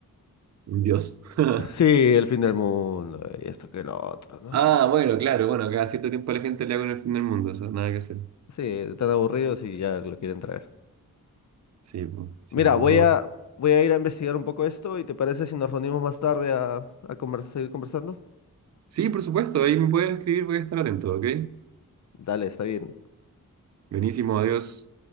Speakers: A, on the right; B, on the left.
A: Un dios. <laughs>
B: sí, el fin del mundo y esto que lo otro, ¿no?
A: Ah, bueno, claro, bueno, cada cierto tiempo la gente le hago en el fin del mundo, eso, nada que hacer.
B: Sí, están aburridos y ya lo quieren traer.
A: Sí, pues, sí,
B: Mira,
A: supongo.
B: voy a, voy a ir a investigar un poco esto y ¿te parece si nos reunimos más tarde a, a conversar, seguir conversando?
A: Sí, por supuesto, ahí me puedes escribir, voy a estar atento, ¿ok?
B: Dale, está bien.
A: Buenísimo, adiós.